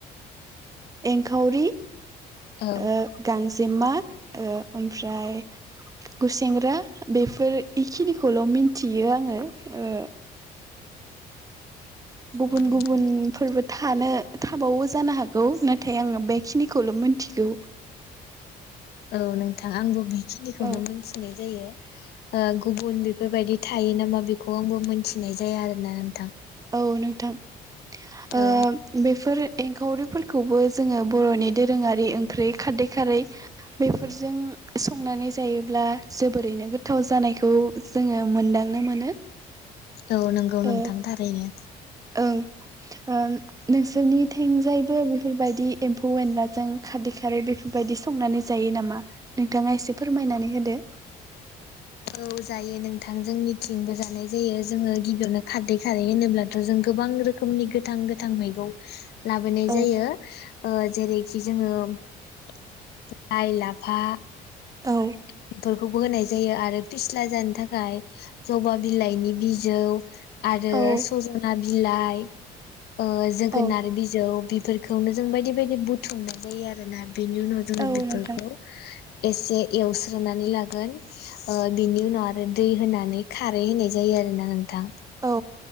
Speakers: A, on the right; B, on the left.
A: एंखाउरि
B: औ
A: ओ गांस जे मा ओ ओमफ्राय गुसेेंग्रा बेफोर इखिनिखौल' मिनथियो आङो ओ गुबुन
B: नोंथां
A: गुबुनफोरबो था थानो थाबावो जानो हागौ नाथाय आङो बेखिनिखौल' मोनथिगौ
B: औ नोंथां आंबो बि खिनिखौनो
A: औ
B: मोनथिनाय जायो ओ गुबुन बेफोरबायदि थायो नामा बेखौ आंबो मोनथिनाय जाया आरोना नोंथां
A: औ नोंथां ओ
B: औ
A: बेफोर एंखावरिफोर खौबो जोङो बर'नि दोरोङारि ओंख्रै खारदै खारै बैफोरजों संनानै जायोब्ला जोबोरैनो गोथाव जानायखौ जोङो मोनदांनो मोनो
B: औ नंगौ
A: ओ
B: नोंथां थारैनो
A: ओं ओ नोंसोरनि थिंजायबो बेफोरबायदि एम्फौ- एनलाजों खारदै खारै बेफोरबायदि संनानै जायो नामा नोंथाङा एसे फोरमायनानै होदो
B: औ जायो नोंथां जोंनिथिंबो जानाय जायो जोङो गिबियावनो खारदै खारै होनोब्लाथ' जों गोबां रोखोमनि गोथां गोथां मैगं लाबोनाय
A: औ
B: जायो ओ जेरै सि जोङो लाइ- लाफा
A: औ
B: बेफोरखौबो होनाय ज जायो आरो फिस्ला जानो थाखाय जबा बिलाइनि बिजौ आरो
A: औ
B: सजना बि बिलाइ ओ जोगोनार
A: औ
B: बिजौ बिब फोरखौनो जों बायदि बायदि बुथुमनाय जायो आरोना बिनि उनाव जों
A: औ
B: बिफोरखौ
A: नोंथां
B: एसे एवस्रोनानै लागोन ओ बिनि उनाव आरो दै होनानै खारै होनाय जायो आरोना नों थां
A: औ